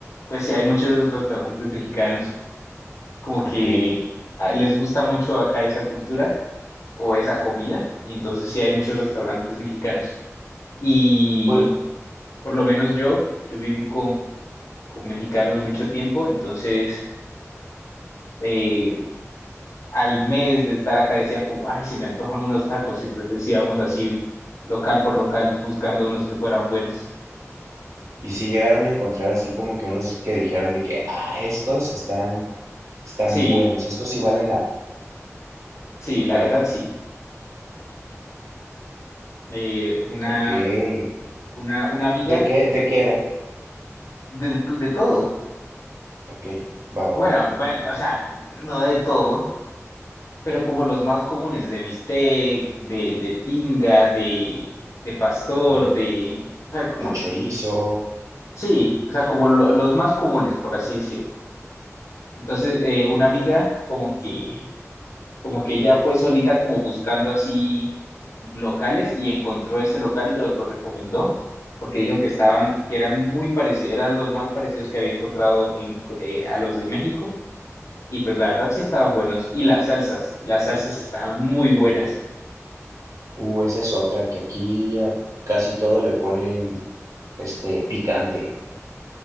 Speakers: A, on the left; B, on the right.
A: pues sí, hay muchos restaurantes mexicanos como
B: ok,
A: que ah, les gusta mucho acá esa cultura o esa comida. y Entonces sí hay muchos restaurantes mexicanos. Y
B: pues,
A: por lo menos yo, yo viví con, con mexicanos mucho tiempo, entonces eh, al mes de estar acá decían como, ay, se me antojan unos tacos. Y entonces íbamos así local por local buscando unos que fueran buenos.
B: y si llegaron a encontrar así como que unos que dijeran de que, ah, estos están, están
A: Sí,
B: buenos, estos sí valen la
A: sí, la
B: pena.
A: verdad sí. Eh, una,
B: Ok, ¿de
A: una, una amiga
B: qué, de qué eran?
A: de, de todo.
B: Ok, va, va,
A: Bueno,
B: va.
A: bueno,
B: Ah,
A: o sea, no de todo, pero como los más comunes, de bistec, de, de tinga, de, de pastor,
B: tinga.
A: de... O sea, como...
B: De chorizo,
A: Sí, o sea, como lo- los más comunes, por así decirlo. Entonces, eh, una amiga como que como que ella fue solita como buscando así locales y encontró ese local, y los lo recomendó, porque dijo que estaban, que eran muy parecidos, eran los más parecidos que había encontrado en, eh, a los de México, y pues la verdad sí estaban buenos, y las salsas, las salsas estaban muy buenas.
B: Uh, esa es otra, que aquí a casi todo le ponen este picante.